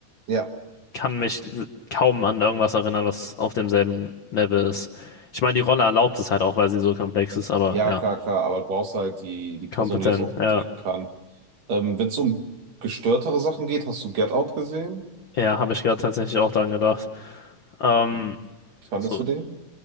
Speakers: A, on the right; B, on the left.
A: Ja,
B: Kann mich kaum an irgendwas erinnern, was auf demselben Level ist. Ich meine, die Rolle erlaubt es halt auch, weil sie so komplex ist, aber
A: ja,
B: ja,
A: klar, klar. Aber du brauchst halt die, die Person,
B: kompetent.
A: die das auch bedienen
B: Ja,
A: kann. Ähm, wenn es um gestörtere Sachen geht, hast du Get Out gesehen?
B: ja, habe ich gerade tatsächlich auch dran gedacht. Ähm,
A: Wie fandest
B: so,
A: du den?